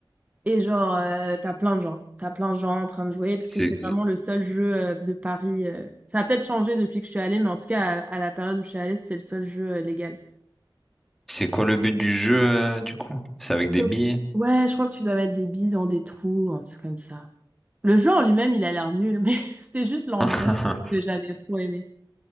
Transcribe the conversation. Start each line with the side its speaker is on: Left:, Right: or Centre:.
Right: et genre, euh, t'as plein de gens, t'as plein de gens en train de jouer, parce
Centre: C'est
Right: que c'est vraiment le seul jeu euh, de Paris. euh. Ça a peut-être changé depuis que je suis allée, mais en tout cas, à, à la période où je suis allée, c'était le seul jeu euh, légal.
Centre: c'est quoi le but du jeu euh, du coup? C'est avec des
Right: Je-
Centre: billets?
Right: Ouais, je crois que tu dois mettre des billes dans des trous, un truc comme ça. Le jeu en lui-même, il a l'air nul, mais <laughs> c'était juste l'ambiance
Centre: <laughs>
Right: que j'avais trop aimé.